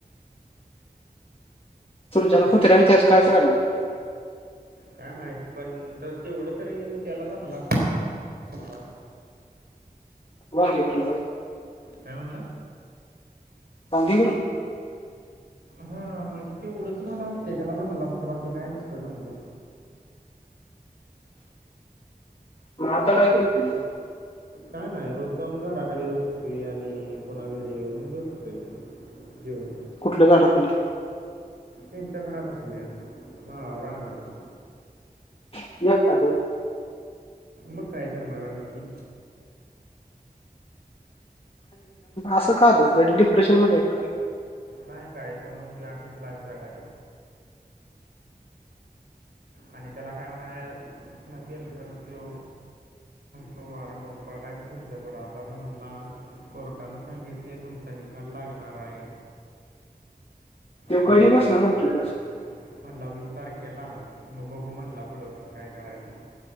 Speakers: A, on the left; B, on the right.
A: सुरजाला
B: तसं सूर्याला
A: कुत्र्याचं
B: कुत्र्याने
A: काय कळणार
B: त्याच
A: नाय.
B: झालं काय माहित पण तर तेवढं तरी त्याला जा मला वाटतंय.
A: मग फलावर
B: काय म्हणला?
A: समज ग?
B: हा म्हणजे तेवढंच मला वाटते त्याला जमलं असतं बाकी काय नसतं जमलं.
A: म आता काय करतोयस त्यो?
B: काय नाही रोज जाऊन झाडाखाली बसतोय आणि पुणा घरी येऊन झोपतोय. येेऊन
A: कुठल्या झाडा खाली?
B: हिंच्या खराब असल्या माळावर रानात
A: एकटाच होय.
B: मग काय करणार आणखी?
A: असं का र घडी डिप्रेशन मध्ये का?
B: नाही काय तो मग त अशीच लाईफ जायच्या आणि त्याला काय म्हणा लागेल त्यो तो व बघकायच पुुच्या पड आता म्हणला कोर्टानं सांगितलेय तुमचा निकाल लागणार आहे.
A: तो
B: तर
A: कधीपासून
B: ह्याच्यात
A: म्हणतोय तसा?
B: म्हणला विस्तार केला मा बघू म्हणला पुढं काय करायचं.